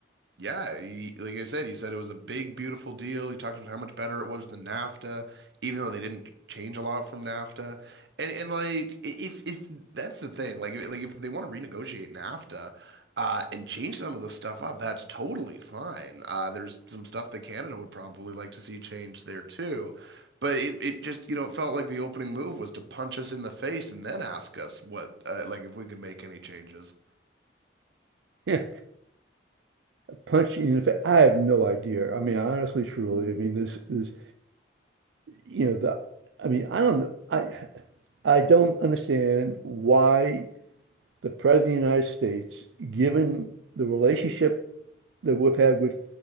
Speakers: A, on the right; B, on the right.
A: Yeah, he, like I said, he said it was a big, beautiful deal. He talked about how much better it was than NAFTA, even though they didn't change a lot from NAFTA. And and like i- if if that's the thing, like if- like if they want to renegotiate NAFTA uh, and change some of the stuff up, that's totally fine. Uh, there's some stuff that Canada would probably like to see changed there too. But it, it just, you know, it felt like the opening move was to punch us in the face and then ask us what, uh, like if we could make any changes.
B: Yeah, punch you in the fa- I have no idea. I mean, honestly, truly, I mean, this is you know the. I mean, I don't. I I don't understand why the President of the United States, given the relationship that we've had with